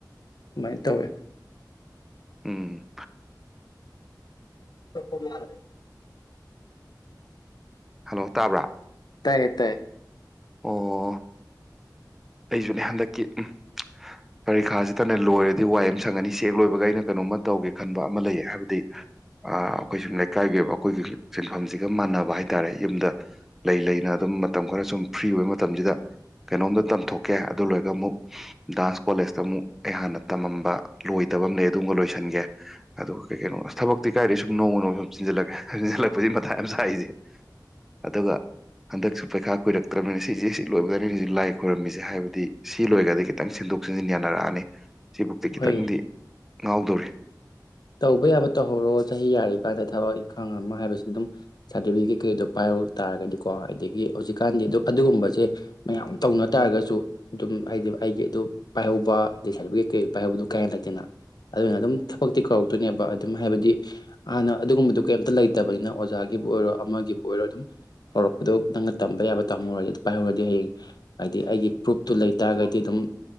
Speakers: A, on the left; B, in the centre.
A: ꯑꯗꯨꯃꯥꯏꯅ ꯇꯧꯋꯦ
B: ꯎꯝ
A: <unintelligible>
B: ꯍꯜꯂꯣ ꯇꯥꯕ꯭ꯔꯥ
A: ꯇꯥꯏꯌꯦ ꯇꯥꯏꯌꯦ
B: ꯑꯣ ꯑꯩꯁꯨꯅꯦ ꯍꯟꯗꯛꯀꯤ ꯎꯝ ꯄꯔꯤꯈꯥꯁꯤꯇꯅꯦ ꯂꯣꯏꯔꯗꯤ ꯋꯥꯏ ꯑꯃ ꯁꯪꯉꯅꯤ ꯁꯤ ꯆꯦꯛ ꯂꯣꯏꯕꯒ ꯑꯩꯅ ꯀꯩꯅꯣꯝꯃ ꯇꯧꯒꯦ ꯈꯟꯕ ꯑꯃ ꯂꯩꯌꯦ ꯍꯥꯏꯕꯗꯤ ꯑꯩꯈꯣꯏ ꯁꯨꯝ ꯂꯩꯀꯥꯏꯒꯤ ꯑꯣꯏꯕ ꯑꯩꯈꯣꯏꯒꯤ ꯁꯤꯟꯐꯝꯁꯤꯒ ꯃꯥꯟꯅꯕ ꯍꯥꯏ ꯇꯥꯔꯦ ꯌꯨꯝꯗ ꯂꯩ ꯂꯩꯅ ꯑꯗꯨꯝ ꯃꯇꯝ ꯈꯔ ꯁꯨꯝ ꯐ꯭ꯔꯤ ꯑꯣꯏꯕ ꯃꯇꯝꯁꯤꯗ ꯀꯩꯅꯣꯝꯗ ꯇꯝꯊꯣꯛꯀꯦ ꯑꯗꯨ ꯂꯣꯏꯔꯒ ꯑꯃꯨꯛ ꯗꯥꯟꯁ ꯀꯣꯂꯦꯖꯇ ꯑꯃꯨꯛ ꯑꯩ ꯍꯥꯟꯅ ꯇꯝꯃꯝꯕ ꯂꯣꯏꯗꯕ ꯑꯃ ꯂꯩ ꯑꯗꯨꯃꯒ ꯂꯣꯏꯁꯤꯟꯒꯦ ꯑꯗꯨꯒ ꯀꯩ ꯀꯩꯅꯣ ꯊꯕꯛꯇꯤ ꯀꯥꯏꯗꯩ ꯁꯨꯝ ꯅꯣꯡꯃ ꯅꯣꯡꯃ ꯁꯨꯝ ꯆꯤꯟꯖꯜꯂꯛꯀꯦ ꯆꯤꯟꯁꯤꯜꯂꯛꯄꯁꯤ ꯃꯇꯥꯏ ꯌꯥꯝ ꯁꯥꯏꯁꯦ ꯑꯗꯨꯒ ꯍꯟꯗꯛꯁꯨ ꯄꯩꯈꯥ ꯀꯨꯏꯔꯛꯇ꯭ꯔꯅꯤꯅ ꯁꯤꯁꯦ ꯁꯤ ꯂꯣꯏꯕꯒꯅꯤ ꯍꯧꯖꯤꯛ ꯂꯥꯏ ꯈꯣꯏꯔꯝꯃꯤꯁꯦ ꯍꯥꯏꯕꯗꯤ ꯁꯤ ꯂꯣꯏꯔꯒꯗꯤ ꯈꯤꯇꯪ ꯁꯤꯟꯗꯣꯛ ꯁꯤꯟꯖꯤꯟ ꯌꯥꯅꯔꯛꯑꯅꯤ ꯁꯤꯕꯨꯛꯇꯤ ꯈꯤꯇꯪꯗꯤ
A: ꯍꯣꯏ
B: ꯉꯥꯎꯗꯣꯔꯤ
A: ꯇꯧꯕ ꯌꯥꯕ ꯇꯧꯍꯧꯔꯣ ꯆꯍꯤ ꯌꯥꯔꯤꯀꯥꯟꯗ ꯊꯕꯛ ꯏꯪꯈꯥꯡ ꯑꯃ ꯍꯥꯏꯕꯁꯤ ꯑꯗꯨꯝ ꯁꯥꫪꯇꯤꯐꯤꯀꯦꯠ ꯀꯩꯗꯣ ꯄꯥꯏꯍꯧ ꯇꯥꯔꯒꯗꯤꯀꯣ ꯑꯗꯨꯒꯤ ꯍꯧꯖꯤꯛꯀꯥꯟꯗꯤ ꯑꯗꯨ ꯑꯗꯨꯒꯨꯝꯕꯁꯦ ꯃꯌꯥꯝ ꯇꯧꯅ ꯇꯥꯔꯒꯁꯨ ꯑꯗꯨꯝ ꯍꯥꯏꯗꯤ ꯑꯩꯒꯤ ꯑꯗꯨ ꯄꯥꯏꯍꯧꯕ ꯍꯥꯏꯗꯤ ꯁꯥꯔꯇꯤꯐꯤꯀꯦꯠ ꯀꯩꯗ ꯄꯥꯏꯍꯧꯕꯗꯨ ꯀꯌꯥ ꯂꯩꯇꯦꯅ ꯑꯗꯨꯅ ꯑꯗꯨꯝ ꯊꯕꯛꯇꯤ ꯀꯧꯔ꯫ ꯇꯨꯅꯦꯕ ꯑꯗꯨꯝ ꯍꯥꯏꯕꯗꯤ ꯍꯥꯟꯅ ꯑꯗꯨꯒꯨꯝꯕꯗꯨ ꯀꯩꯝꯇ ꯂꯩꯇꯕꯅꯤꯅ ꯑꯣꯖꯥꯒꯤꯕꯨ ꯑꯣꯏꯔꯣ ꯑꯃꯒꯤꯕꯨ ꯑꯣꯏꯔꯣ ꯀꯧꯔꯛꯄꯗꯣ ꯅꯪꯅ ꯇꯝꯕ ꯌꯥꯕ ꯇꯝꯍꯧꯔꯗꯤ ꯄꯥꯏꯍꯧꯔꯗꯤ ꯍꯌꯦꯡ ꯍꯥꯏꯗꯤ ꯑꯩꯒꯤ ꯄ꯭ꯔꯨꯐꯇꯨ ꯂꯩ ꯇꯥꯔꯒꯗꯤ ꯑꯗꯨꯝ